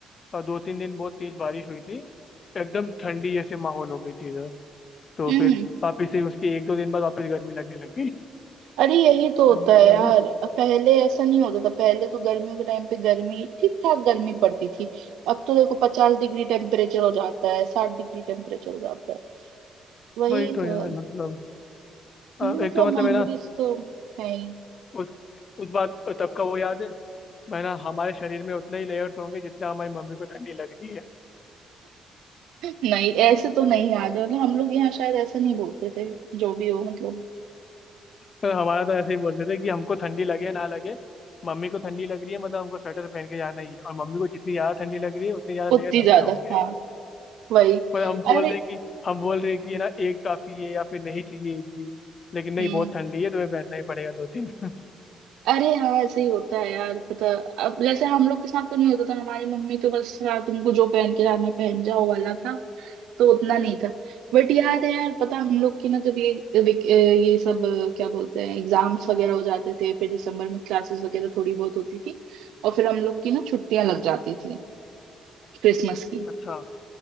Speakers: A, on the left; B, on the right.
A: और दो तीन दिन बहुत तेज बारिश हुई थी एकदम ठंडी जैसे माहौल हो गई थी इधर तो
B: हम्म
A: फिर वापस से उसके एक दो दिन बाद वापस गर्मी लगने लग गई
B: अरे यही तो
A: <laughs>
B: होता
A: तो मतलब
B: है यार
A: यार
B: पहले ऐसा नहीं होता था पहले तो गर्मियों के टाइम पे गर्मी ठीक ठाक गर्मी पड़ती थी अब तो देखो पचास डिग्री टेम्परेचर हो जाता है साठ डिग्री टेम्परेचर हो जाता है वही
A: वही तो
B: तो
A: यार
B: है
A: मतलब अ,
B: हम्म,
A: एक
B: मतलब
A: तो मतलब
B: मेमोरीज
A: है ना
B: तो है ही
A: उस उस बात तब का वो याद है है ना हमारे शरीर में उतना ही लेयर्स होंगे जितना हमारी मम्मी को ठंडी लग रही है
B: नहीं ऐसे तो नहीं याद है मतलब हम लोग यहाँ शायद ऐसा नहीं बोलते थे जो भी हो मतलब
A: पर हमारा तो ऐसे ही बोलते थे कि हमको ठंडी लगे ना लगे मम्मी को ठंडी लग रही है मतलब हमको स्वेटर पहन के जाना ही है और मम्मी को जितनी ज्यादा ठंडी लग रही है उतने ज्यादा
B: उतनी
A: लेयर हम
B: ज्यादा
A: पे होंगे
B: हाँ वही
A: मतलब हम बोल
B: अरे
A: रहे हैं कि हम बोल रहे हैं कि ये ना एक काफी है या फिर नहीं चाहिए एक भी लेकिन नहीं
B: हम्म
A: बहुत ठंडी है तुम्हें पहनना ही पड़ेगा दो तीन <laughs>
B: अरे हाँ ऐसे ही होता है यार पता अब जैसे हम लोग के साथ तो नहीं होता था हमारी मम्मी तो बस हाँ तुमको जो पहन के जाना पहन जाओ वाला था तो उतना नहीं था बट याद है यार पता हम लोग की ना जब ये विक- ये सब क्या बोलते हैं एग्जाम्स वगैरह हो जाते थे फिर दिसंबर में क्लासेस वगैरह थोड़ी बहुत होती थी और फिर हम लोग की ना छुट्टियां लग जाती थी क्रिसमस की
A: अच्छा